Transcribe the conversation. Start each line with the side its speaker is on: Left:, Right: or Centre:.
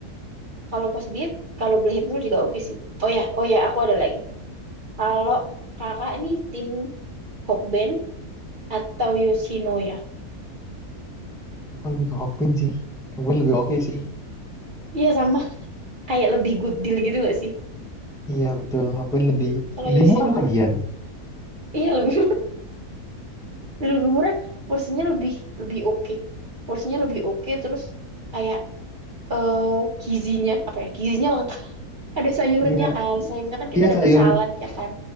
Right: kalau pas diet, kalau beli Happy Meal juga oke sih. Oh ya, oh ya, aku ada lagi. Kalau kakak ini tim Hokben atau Yoshinoya?
Centre: Aku lebih ke Hokpin sih. Hokpin lebih oke sih.
Right: Iya sama, kayak lebih good deal gitu nggak sih?
Centre: Iya betul, Hokpin lebih
Right: Kalau
Centre: lebih
Right: Yoshinoya,
Centre: murah lagian.
Right: iya lebih Dan lebih murah porsinya lebih lebih oke porsinya lebih oke terus kayak eh gizinya apa ya gizinya lengkap ada sayurnya
Centre: Iya,
Right: kan sayurnya kan kita
Centre: iya
Right: dapat
Centre: sayur
Right: salad ya kan